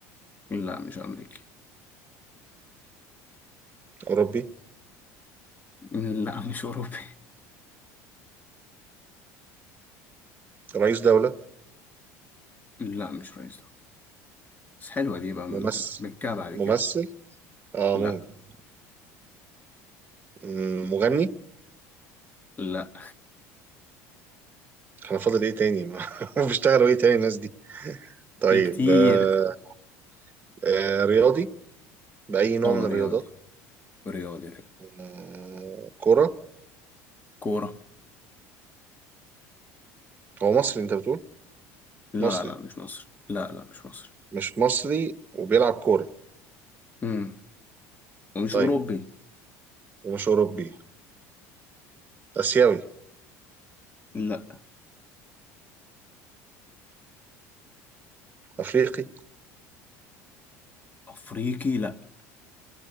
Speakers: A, on the left (about 25°); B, on the right (about 25°).
A: لا مش امريكي
B: أوروبي
A: لا مش اوروبي
B: رئيس دولة
A: <laughs> لا مش رئيس دولة بس حلوة دي بقى من
B: ممثل
A: بكاها بعد
B: ممثل
A: كده
B: اه
A: لا
B: ممكن مم، مغني
A: لا
B: احنا فاضل ايه تاني <laughs> ما بيشتغلوا ايه تاني الناس دي طيب
A: <laughs> في كتير
B: آه، آه، رياضي بأي نوع
A: اه
B: من
A: رياضي
B: الرياضات
A: رياضي رياضي
B: آه، كرة
A: كورة
B: هو مصري انت بتقول
A: لا
B: مصري
A: لا مش مصر لا لا مش مصر
B: مش مصري وبيلعب كورة
A: امم ومش
B: طيب
A: أوروبي
B: ومش أوروبي آسيوي
A: لا
B: أفريقي
A: أفريقي لا